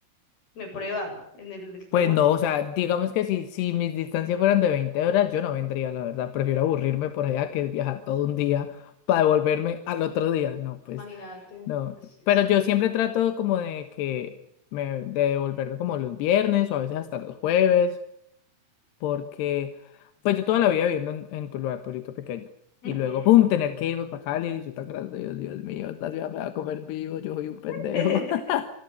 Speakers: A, on the left; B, on the left.
A: me prueba en el
B: Pues
A: tema.
B: no, o sea, digamos que si, si mis distancias fueran de 20 horas, yo no vendría, la verdad. Prefiero aburrirme por allá que viajar todo un día para devolverme al otro día. No, pues
A: Imagínate.
B: no.
A: Sí,
B: Pero
A: sí.
B: yo siempre trato como de que me, de devolverme como los viernes o a veces hasta los jueves. porque pues yo toda la vida viviendo en, en Tuluá, pueblito pequeño,
A: Ujú.
B: y luego, ¡pum!, tener que irme para Cali, y yo tan grande, Dios Dios mío, esta ciudad me va a comer vivo, yo soy un pendejo.
A: <laughs>
B: <laughs>